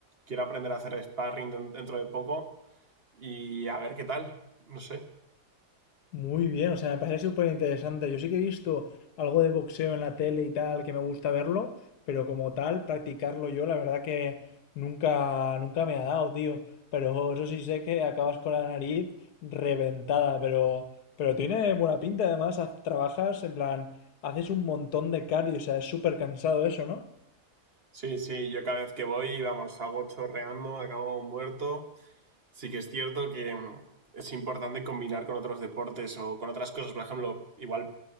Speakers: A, on the right; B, on the left.
A: quiero aprender a hacer sparring dentro de poco y a ver qué tal, no sé.
B: Muy bien, o sea, me parece súper interesante. Yo sí que he visto algo de boxeo en la tele y tal, que me gusta verlo, pero como tal, practicarlo yo, la verdad que nunca, nunca me ha dado, tío. Pero eso sí sé que acabas con la nariz reventada, pero, pero tiene buena pinta, además, haz- trabajas, en plan, haces un montón de cardio, o sea, es súper cansado eso, ¿no?
A: Sí, sí, yo cada vez que voy, vamos, salgo chorreando, acabo muerto. Sí que es cierto que mm, es importante combinar con otros deportes o con otras cosas. Por ejemplo, igual